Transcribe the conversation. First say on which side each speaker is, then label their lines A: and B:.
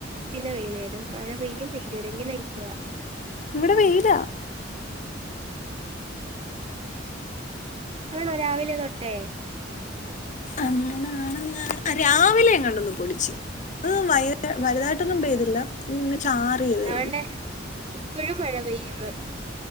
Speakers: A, on the right; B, on the left.
A: പിന്നെ വെയില് വരും മഴ പെയ്യും വെയില് വരും ഇങ്ങനെഇക്കുവാ
B: ഇവിടെ വെയിലാ
A: ആണോ രാവിലെ തൊട്ടേ
B: അങ്ങനാണല്ല ആ രാവിലെഎങ്ങാണ്ടൊന്നു പൊടിച്ച് വ് വൈന്നേര വലുതായിട്ടൊന്നും പെയ്തില്ല ഇങ്ങനെ ചാറിയതേ
A: ദാണ്ടെ
B: ഒള്ളു
A: ഇപ്പഴും മഴ പെയ്യുന്നു